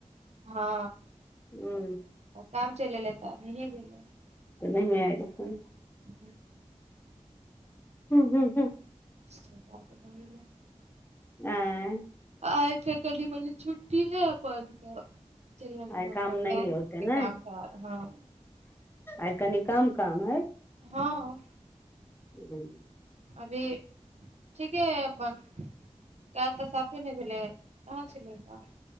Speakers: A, on the right (about 65°); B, on the left (about 20°).
A: हँ
B: हू
A: काम चैल एलै तऽ नहिये भलैय।
B: तऽ नहिये एतखुन।
A: हंँ
B: हू हू हू
A: से बात भ गेलै।
B: एऽ
A: आइ फेर कनी मनी छुट्टी हे अपन तऽ चलियै
B: आइ
A: मतलब
B: काम नहि
A: बैंक
B: ओते
A: के काम
B: नै
A: करार हँ
B: आइ कनि कम काम है।
A: हँऽ
B: हूँ
A: अभी ठीके है अपन। काइल तऽ साफे नहि भेलै कहाँ छलै काम।